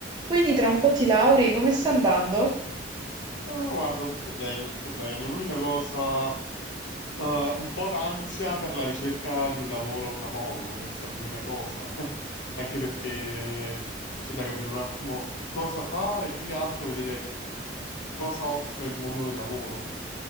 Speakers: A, on the right; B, on the left.
A: Quindi tra un po' ti lauri, come sta andando?
B: Ah, guarda, tutto bene, tutto bene. L'unica cosa, eh, un po' d'ansia per la ricerca di un lavoro tra poco, questa è l'unica cosa. <laughs> Anche perché c'è da capire un attimo cosa fare, più che altro vedere cosa offre il mondo del lavoro.